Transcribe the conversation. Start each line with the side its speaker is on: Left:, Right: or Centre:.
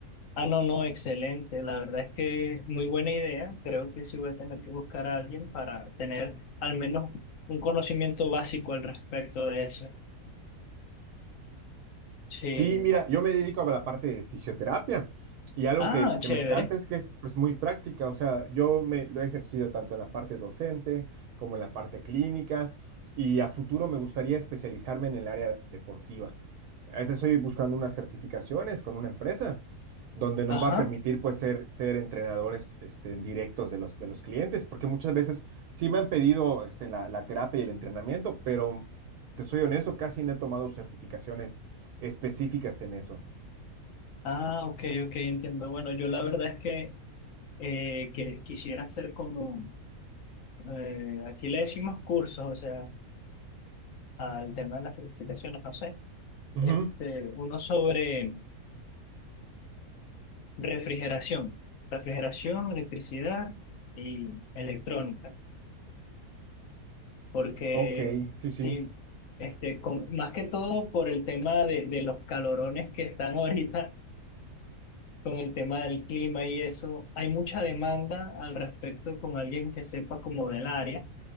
Left: Ah, no, no, excelente. La verdad es que muy buena idea. Creo que sí voy a tener que buscar a alguien para tener al menos un conocimiento básico al respecto de eso. Sí.
Right: Sí, mira, yo me dedico a la parte de fisioterapia y algo
Left: Ah,
Right: que, que
Left: chévere.
Right: me encanta es que es pues, muy práctica, o sea, yo me lo he ejercido tanto en la parte docente como en la parte clínica y a futuro me gustaría especializarme en el área deportiva. Ahorita estoy buscando unas certificaciones con una empresa donde nos
Left: Ajá.
Right: va a permitir pues ser, ser entrenadores este, en directos de los, de los clientes, porque muchas veces sí me han pedido este, la, la terapia y el entrenamiento, pero te soy honesto, casi no he tomado certificaciones específicas en eso.
Left: Ah, ok, ok, entiendo. Bueno, yo la verdad es que eh, que quisieran hacer como, eh, aquí le decimos cursos, o sea, al tema de las certificaciones, no sé,
Right: Ujú,
Left: este, uno sobre refrigeración, refrigeración, electricidad y electrónica, porque
Right: Ok, sí,
Left: sí,
Right: sí.
Left: este, con- más que todo por el tema de, de los calorones que están ahorita. con el tema del clima y eso, hay mucha demanda al respecto con alguien que sepa como del área